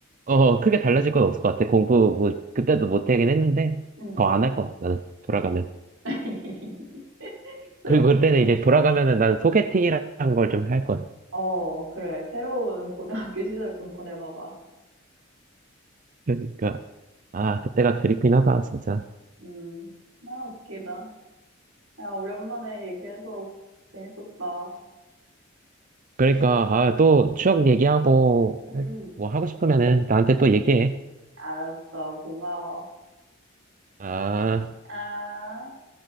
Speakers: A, on the right; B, on the right.
A: 어, 크게 달라질 건 없을 것 같아. 공부, 뭐, 그때도 못 하긴 했는데,
B: 음,
A: 더 안
B: 음.
A: 할 것 같아. 나는 돌아가면.
B: <laughs> 그렇구만
A: 그리고 그때는 이제 돌아가면은 난 소개팅이라는 걸 좀 할 걸.
B: <laughs> 어, 그래. 새로운 고등학교 시절 좀 보내봐봐.
A: 그러니까, 아, 그때가 그립긴 하다, 진짜.
B: 음, 나 웃기다. 야, 오랜만에 얘기해서 재밌었다.
A: 그러니까, 아, 또 추억 얘기하고,
B: 응응
A: 뭐 하고 싶으면은 나한테 또 얘기해.
B: 알았어. 고마워.
A: 아.
B: 아.